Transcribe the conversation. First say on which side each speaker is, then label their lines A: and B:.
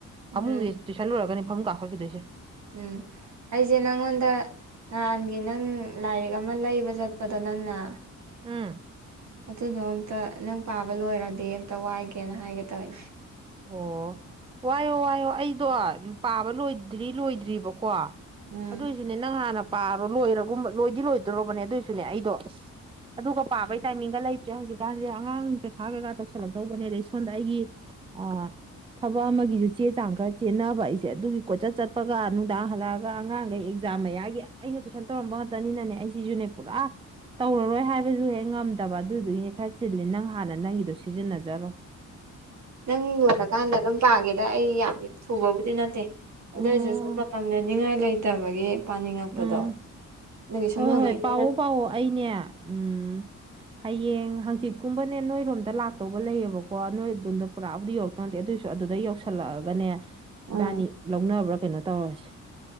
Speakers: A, on the right; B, on the right.
A: ꯎꯝ
B: ꯐꯃꯨꯡꯁꯦ ꯇꯨꯏꯁꯟ ꯂꯣꯏꯔꯒꯅꯦ ꯐꯃꯨꯡ ꯀꯥꯈꯠꯈꯤꯗꯣꯏꯁꯦ
A: ꯎꯝ ꯑꯩꯁꯦ ꯅꯉꯣꯟꯗ ꯅꯍꯥꯟꯒꯤ ꯅꯪ ꯂꯥꯏꯔꯤꯛ ꯑꯃ ꯂꯩꯕ ꯆꯠꯄꯗꯣ ꯅꯪꯅ
B: ꯎꯝ
A: ꯑꯗꯨꯗꯣ ꯑꯝꯇ ꯅꯪ ꯄꯥꯕ ꯂꯣꯏꯔꯗꯤ ꯑꯝꯇ ꯋꯥꯏꯒꯦꯅ ꯍꯥꯏꯒꯦ ꯇꯧꯅꯦ
B: ꯑꯣ ꯋꯥꯏꯌꯣ ꯋꯥꯏꯌꯣ ꯑꯩꯗꯣ ꯄꯥꯕ ꯂꯣꯏꯗ꯭ꯔꯤ ꯂꯣꯏꯗ꯭ꯔꯤꯕꯀꯣ
A: ꯎꯝ
B: ꯑꯗꯣꯏꯁꯨꯅꯦ ꯅꯪ ꯍꯥꯟꯅ ꯄꯥꯔꯣ ꯂꯣꯏꯔꯒꯨꯝꯕ ꯂꯣꯏꯗꯤ ꯂꯣꯏꯗꯣꯔꯕꯅꯦ ꯑꯗꯣꯏꯁꯨꯅꯦ ꯑꯩꯗꯣ ꯑꯗꯨꯒ ꯄꯥꯕꯩ ꯇꯥꯏꯃꯤꯡꯗ ꯂꯩꯇ꯭ꯔꯦ ꯍꯧꯖꯤꯛꯀꯥꯟꯁꯦ ꯑꯉꯥꯡꯒꯤ ꯄꯩꯈꯥ ꯀꯩꯀꯥ ꯇꯧꯁꯤꯜꯂꯛꯇꯧꯕꯅꯦ ꯑꯗꯩ ꯁꯣꯟꯗꯑꯩꯒꯤ ꯑ ꯊꯕꯛ ꯑꯃꯒꯤꯁꯨ ꯆꯦ ꯆꯥꯡ ꯈꯔ ꯆꯦꯟꯅꯕ ꯑꯩꯁꯦ ꯑꯗꯨꯒꯤ ꯀꯣꯆꯠ ꯆꯠꯄꯒ ꯅꯨꯡꯗꯥꯡ ꯍꯜꯂꯛꯑꯒ ꯑꯉꯥꯡꯈꯩ ꯑꯦꯛ ꯖꯥꯝ ꯃꯌꯥꯒꯤ ꯑꯩꯅ ꯇꯨꯏꯁꯟ ꯇꯧꯔꯝꯕ ꯉꯥꯛꯇꯅꯤꯅꯅꯦ ꯑꯩꯁꯤꯁꯨꯅꯦ ꯄꯨꯔꯥ ꯇꯧꯔꯔꯣꯏ ꯍꯥꯏꯕꯁꯨ ꯍꯦꯛ ꯉꯝꯗꯕ ꯑꯗꯨꯗꯨꯒꯤꯅꯦ ꯈꯔ ꯆꯤꯜꯂꯤ ꯅꯪ ꯍꯥꯟꯅ ꯅꯪꯒꯤꯗꯣ ꯁꯤꯖꯤꯟꯅꯖꯔꯣ
A: ꯅꯪ ꯂꯣꯏꯔꯀꯥꯟꯗ ꯑꯗꯨꯝ ꯄꯥꯒꯦꯗ ꯑꯩ ꯌꯥꯝꯗꯤ ꯊꯨꯕꯕꯨꯗꯤ ꯅꯠꯇꯦ ꯑꯗꯨꯏꯁꯨ
B: ꯑꯣ
A: ꯁꯨꯝ ꯃꯇꯝ ꯂꯦꯟꯅꯤꯉꯥꯏ ꯂꯩꯇꯕꯒꯤ ꯄꯥꯅꯤꯡꯉꯛꯄꯗꯣ
B: ꯎꯝ
A: ꯑꯗꯨꯒꯤ ꯁꯨꯝ
B: ꯍꯣꯏ
A: ꯍꯪꯉꯛꯏ
B: ꯍꯣꯏ ꯄꯥꯎꯑꯣ ꯄꯥꯎꯑꯣ ꯑꯩꯅꯦ ꯎꯝ ꯍꯌꯦꯡ ꯍꯥꯡꯆꯤꯠꯀꯨꯝꯕꯅꯦ ꯅꯣꯏꯔꯣꯝꯗ ꯂꯥꯛꯇꯧꯕ ꯂꯩꯌꯦꯕꯀꯣ ꯅꯣꯏ ꯑꯗꯣꯝꯗ ꯄꯨꯔꯥꯕꯨꯗꯤ ꯌꯧꯔꯛꯇꯧꯇꯦ ꯑꯗꯨꯑꯣꯏꯁꯨ ꯑꯗꯨꯗ ꯌꯧꯁꯤꯜꯂꯛꯑꯒꯅꯦ
A: ꯎꯝ
B: ꯏꯕꯥꯅꯤ ꯂꯧꯅꯕ꯭ꯔꯥ ꯀꯩꯅꯣ ꯇꯧꯔꯁꯦ